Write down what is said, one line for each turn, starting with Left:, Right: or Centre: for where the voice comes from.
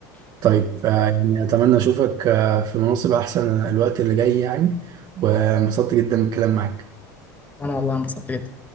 Right: طيب آه، يعني اتمنى اشوفك آه، في مناصب احسن الوقت اللي جاي يعني وانبسطت جدا بالكلام معاك
Left: وانا والله انبسطت جدا